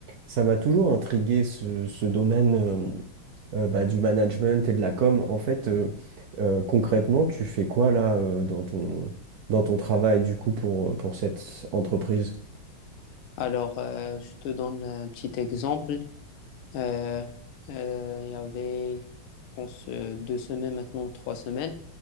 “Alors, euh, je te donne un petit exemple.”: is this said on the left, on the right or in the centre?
Left